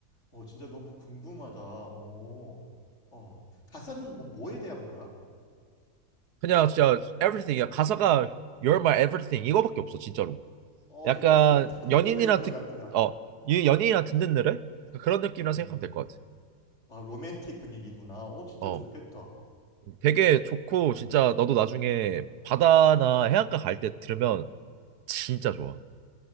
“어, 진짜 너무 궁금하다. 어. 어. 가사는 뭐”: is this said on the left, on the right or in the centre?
Left